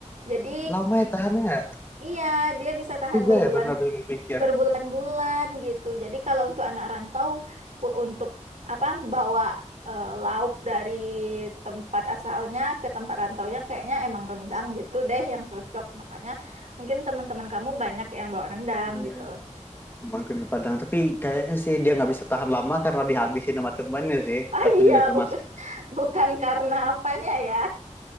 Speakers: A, on the right; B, on the left.
A: Jadi
B: Lama ya tahannya ya.
A: Iya, dia bisa tahan
B: juga
A: berbulan
B: ya benar dipikir.
A: berbulan-bulan gitu. Jadi kalau untuk anak rantau u- untuk apa bawa eh, lauk dari tempat asalnya ke tempat rantaunya kayaknya emang rendang gitu deh yang cocok. Makanya mungkin teman-teman kamu banyak yang bawa rendang
B: Iya,
A: gitu.
B: Emang kami Padang. Tapi kayaknya sih dia nggak bisa tahan lama karena dihabisin sama temannya sih.
A: Ah
B: Aku
A: iya,
B: juga termasuk.
A: bukan <laughs> bukan karena apanya ya.